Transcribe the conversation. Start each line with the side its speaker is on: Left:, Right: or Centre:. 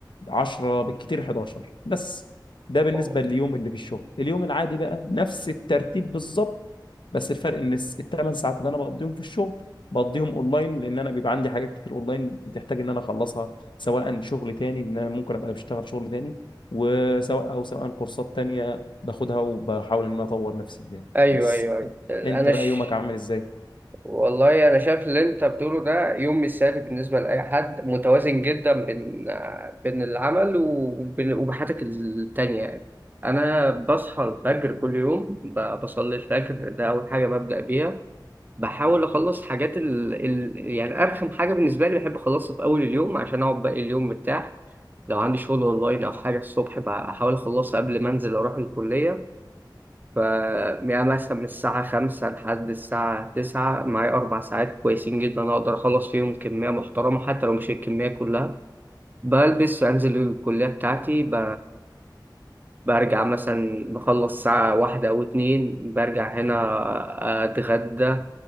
Left: 10 بالكتير 11 بس ده بالنسبة
Right: أوه.
Left: لليوم اللي في الشغل اليوم العادي بقى نفس الترتيب بالظبط بس الفرق ان الثمان ساعات اللي انا بقضيهم في الشغل بقضيهم اونلاين لان انا بيبقى عندي حاجات كتير اونلاين بتحتاج ان انا اخلصها سواء شغل تاني ان انا ممكن ابقى بشتغل شغل تاني وسواء او سواء كورسات تانية باخدها وبحاول ان انا اطور نفسي فيها
Right: ايوه
Left: بس
Right: ايوه ايوه
Left: انت
Right: انا
Left: بقى
Right: ش...
Left: يومك عامل ازاي؟
Right: والله انا شايف اللي انت بتقوله ده يوم مثالي بالنسبه لاي حد متوازن جدا بين بين العمل وبين وبحياتك التانيه يعني انا بصحى الفجر كل يوم ب- بصلي الفجر ده اول حاجه ببدا بيها بحاول اخلص حاجات ال... ال... يعني ارخم حاجه بالنسبه لي بحب اخلصها في اول اليوم عشان اقعد باقي اليوم مرتاح لو عندي شغل اونلاين او حاجه الصبح بحاول اخلصها قبل ما انزل اروح الكليه ف يعني مثلا من الساعه 5 لحد الساعه 9 معايا اربع ساعات كويسين جدا اقدر اخلص فيهم كميه محترمه حتى لو مش الكميه كلها بلبس وانزل الكليه بتاعتي ب... برجع مثلا بخلص ساعة واحدة أو اتنين برجع هنا أتغدى